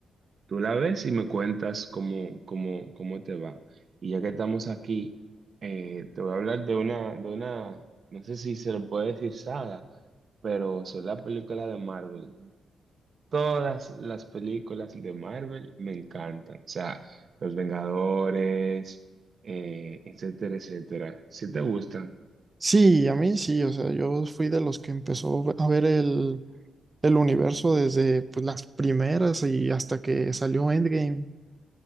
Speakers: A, on the right (about 50°); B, on the right (about 25°).
A: tú la ves y me cuentas cómo, cómo, cómo te va. Y ya que estamos aquí, eh, te voy a hablar de una, de una, no sé si se lo puede decir saga, pero son las películas de Marvel. Todas las películas de Marvel me encantan. O sea, Los Vengadores, eh, etcétera, etcétera. Si te gustan.
B: Sí, a mí sí, o sea, yo fui de los que empezó a ver el, el universo desde pues, las primeras y hasta que salió Endgame.